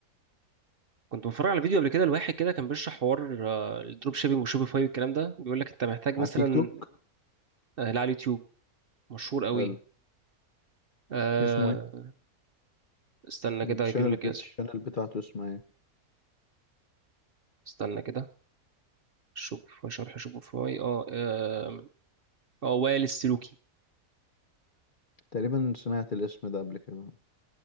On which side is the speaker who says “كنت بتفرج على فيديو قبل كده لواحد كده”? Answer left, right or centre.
Right